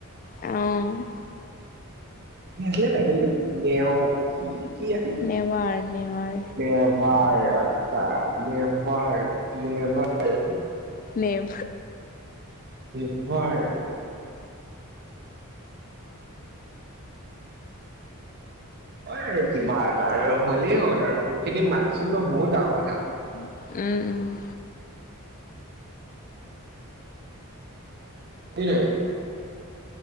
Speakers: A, on the left; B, on the right.
A: অ'।
B: ন আছিলে ভাইটেলতটো নেও <unintelligible> কি আছিলে?
A: নেৱাৰ নেৱাৰ
B: নেৱাৰ। জাকা লেবাৰ-লেবাৰ।
A: নেম
B: <unintelligible> <inaudible> অ', হয় আৰু কিবা এটা আৰু হ'লেই হ'ল আৰু মুখে দি মাতিছো ন বহুত ডাঙৰ কথা।
A: উম'- উম'।
B: আনে <unintelligible>